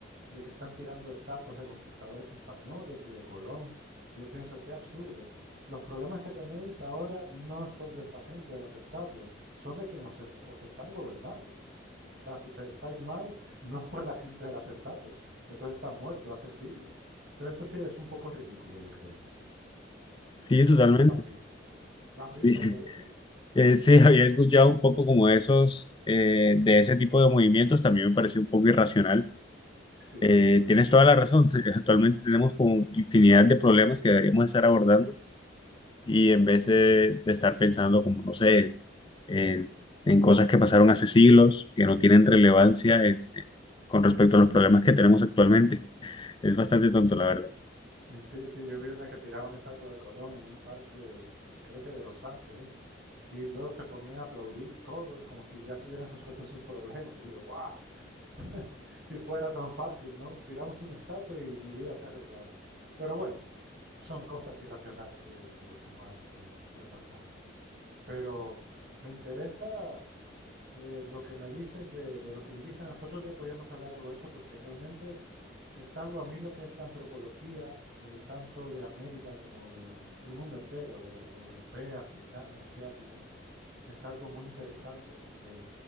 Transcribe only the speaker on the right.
de que están tirando estatuas de conquistadores españoles y de Colón. Yo pienso, qué absurdo. Los problemas que tenéis ahora no son de esa gente, de las estatuas, son de quienes os, os están gobernando. O sea, si te estáis mal, no es por la gente de las estatuas. Eso está muerto hace siglos. Entonces eso sí es un poco ridículo, yo creo.
No sé si lo has visto. ¿Lo has visto
algo de eso?
Sí.
Sí, sí, yo vi una que tiraba una estatua de Colón en un parque de, creo que de Los Ángeles, Y luego se ponían a aplaudir todos como si ya se hubieran resuelto sus problemas. Digo, ¡guau! <laughs> si fuera tan fácil, ¿no? Tiramos una estatua y mi vida se ha arreglado. Pero bueno, son cosas irracionales sí, de, de los humanos que, que suele pasar. Pero me interesa eh, lo que me dices de, de los indígenas. Otro día podríamos hablar algo de eso porque realmente es algo a mí lo que es la antropología, eh, tanto de América como de el mundo entero, de la europea, africana, asiática es algo muy interesante porque